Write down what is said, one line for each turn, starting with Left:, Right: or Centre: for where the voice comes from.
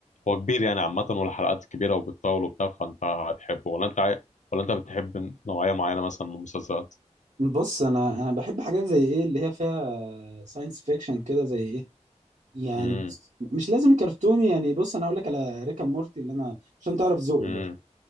Left: هو كبير يعني عامه والحلقات كبيره وبتطول وبتاع فانت هتحبه ولا انت عاي... ولا انت بتحب نوعيه معينه مثلا من المسلسلات
Right: بص انا انا بحب حاجات زي ايه اللي هي فيها ساينس فيكشن كده زي ايه يعني
Left: امم
Right: بص مش لازم كرتوني يعني بص انا هقول لك على ريكا مورتي اللي انا عشان تعرف ذوقي
Left: امم
Right: بقى